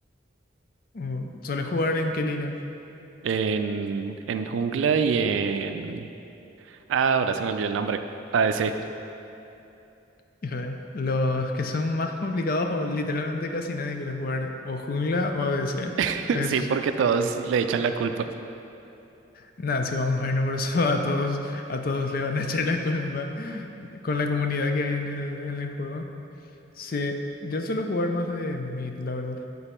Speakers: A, on the left; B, on the right.
A: Mm, ¿Sueles jugar en qué línea?
B: En, en jungla y en... Ah, ahora se me olvidó el nombre. ADC.
A: Híjole, los que son más complicados o literalmente casi nadie quiere jugar o jungla o ADC.
B: <laughs>
A: Es,
B: Sí, porque todos le echan la culpa.
A: nada, si vamos a irnos por eso, <laughs> a todos, a todos le van a echar la culpa con la comunidad que hay en el, en el juego. Sí, yo suelo jugar más de mid, la verdad.